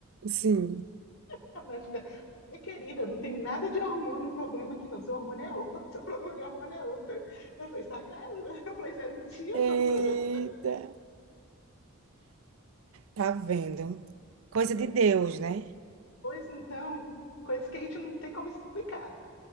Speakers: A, on the right (about 70°); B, on the left (about 75°).
A: Sim.
B: <laughs> A médica, minha querida, não tem nada de hormônio, problema aqui não. Seu hormônio é outro, <laughs> seu problema de hormônio é outro. Você está grávida. <laughs> Eu falei, isso é mentira,
A: Eita.
B: doutora.
A: Tá vendo? Coisa
B: Pois,
A: de Deus,
B: é.
A: né?
B: pois então, coisas que a gente não tem como explicar.